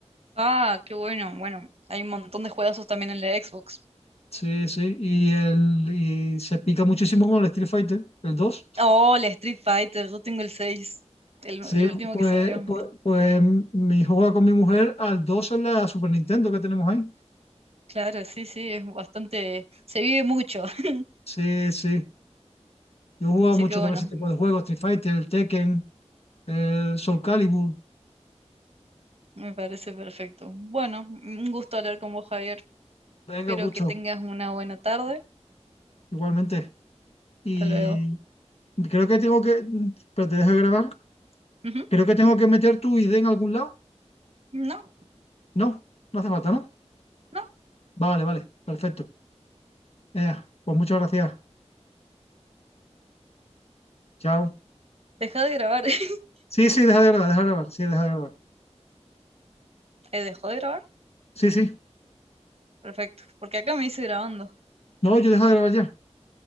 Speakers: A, on the right; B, on the left.
A: Ah, qué bueno. Bueno, hay un montón de juegazos también en la Xbox.
B: Sí, sí, y, el, y se pica muchísimo con el Street Fighter, el 2.
A: Oh, el Street Fighter, yo tengo el 6, el,
B: Sí,
A: el último
B: pues,
A: que salió.
B: pues,
A: Es-
B: pues mi hijo juega con mi mujer al 2 en la Super Nintendo que tenemos ahí.
A: Claro, sí, sí, es bastante... Se vive mucho. <laughs>
B: Sí, sí. Yo he jugado
A: Así
B: mucho
A: que bueno,
B: también ese tipo de juegos, Street Fighter, el Tekken, el Soul Calibur.
A: me parece perfecto. Bueno, un gusto hablar con vos, Javier.
B: Venga,
A: Espero
B: gusto,
A: que tengas una buena tarde.
B: igualmente. Y
A: Hasta luego.
B: creo que tengo que... Pero te dejo grabar.
A: Ujú.
B: Creo que tengo que meter tu ID en algún lado.
A: No.
B: No, no hace falta, ¿no?
A: no.
B: Vale, vale, perfecto. Ea, pues muchas gracias. Chao.
A: Deja de grabar. <laughs>
B: Sí, sí, deja de grabar, deja de grabar. Sí, deja de grabar.
A: Eh, ¿Dejó de grabar?
B: Sí, sí.
A: Perfecto. Porque acá me dice grabando.
B: No, yo dejo de grabar ya.